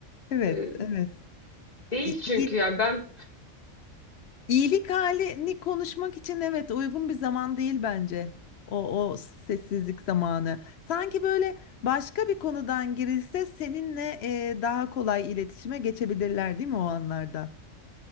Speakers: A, on the left; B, on the left.
A: Evet,
B: E,
A: evet.
B: değil
A: İ-
B: çünkü
A: iyi-
B: yani ben
A: İyilik halini konuşmak için evet uygun bir zaman değil bence. O, o sessizlik zamanı. Sanki böyle başka bir konudan girilse seninle e, daha kolay iletişime geçebilirler değil mi o anlarda?